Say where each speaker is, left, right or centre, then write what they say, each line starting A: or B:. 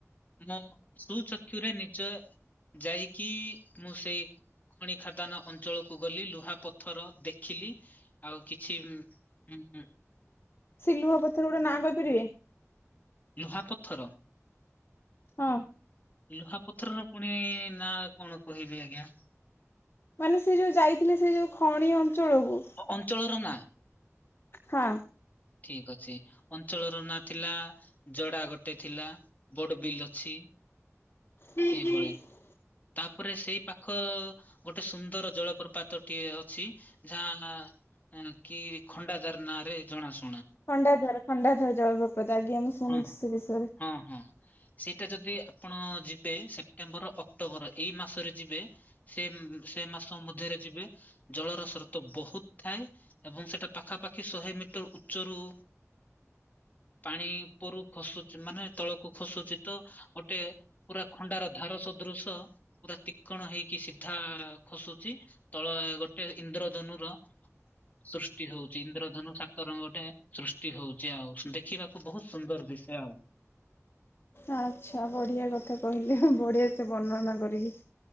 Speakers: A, on the left; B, on the left.
A: ମୁଁ ଶୁଣୁଚ ଚକ୍ଷୁରେ ନିଜ ଯାଇ କି ମୁଁ ସେଇ ଖଣି ଖାଦାନ ଅଞ୍ଚଳକୁ ଗଲି ଲୁହା ପଥର ଦେଖିଲି। ଆଉ କିଛି ଉଁ ହୁଁ।
B: ସେ ଲୁହ ପଥର ଗୁଡା ନାଁ କହିପାରିବେ।
A: ଲୁହାପଥର।
B: ହଁ।
A: ଲୁହାପଥରର ପୁଣି ନା କଣ କହିବି ଆଜ୍ଞା।
B: ମାନେ ସେ ଯୋଉ ଯାଇଥିଲେ ସେ ଯୋଉ ଖଣି ଅଞ୍ଚଳକୁ।
A: ଅଞ୍ଚଳର ନା।
B: ହଁ।
A: ଠିକ୍ ଅଛି ଅଞ୍ଚଳର ନାଁ ଥିଲା ଜଡା ଗୋଟେ ଥିଲା। ବୋଡ ବିଲ୍ ଅଛି।
B: <inaudible>
A: ଏଇଭଳି ତାପରେ ସେଇ ପାଖ ଗୋଟେ ସୁନ୍ଦର ଜଳପ୍ରପାତଟିଏ ଅଛି। ଗାଁ ନାଁ କି ଖଣ୍ଡାଧାର ନାଁ ରେ ଜଣାସୁ
B: ଖଣ୍ଡାଧାର ଖଣ୍ଡାଧାର ଜଳପ୍ରପାତ ଆଜ୍ଞା ମୁଁ ଶୁଣିଛି
A: ହଁ
B: ସେ ବିଷୟରେ।
A: ହଁ ହଁ। ସେଇଟା ଯଦି ଆପଣ ଯିବେ ସେପ୍ଟେମ୍ବର, ଅକ୍ଟୋବର ଏଇ ମାସରେ ଯିବେ। ସେ ସେ ମାସ ମଧ୍ୟରେ ଯିବେ। ଜଳର ସ୍ରୋତ ବହୁତ୍ ଥାଏ, ଏବଂ ସେଟା ପାଖାପାଖି ଶହେ ମିଟର ଉ ଚରୁୁ ପାଣି ଉପରୁ ଖସୁଚି ମାନେ ତଳକୁ ଖସୁଚି ତ ଗୋଟେ ପୁରା ଖଣ୍ଡାର ଧାର ସଦୃଶ ପୁରା ତିଖଣ ହେଇକି ସିଧା ଖସୁଚି। ତଳ ଗୋଟେ ଇନ୍ଦ୍ରଧନୁର ସୃଷ୍ଟି ହଉଚି ଇନ୍ଦ୍ରଧନୁ ସାତ ରଙ୍ଗ ଟେ ସୃଷ୍ଟି ହଉଚି ଆଉ ଦେଖିବାକୁ ବହୁତ ସୁନ୍ଦର ଦିଶେ ଆଉ।
B: ଆଚ୍ଛା ବଢିଆ କଥା କହିଲେ ବଢିଆ ସେ ବର୍ଣ୍ଣନା କରିକି।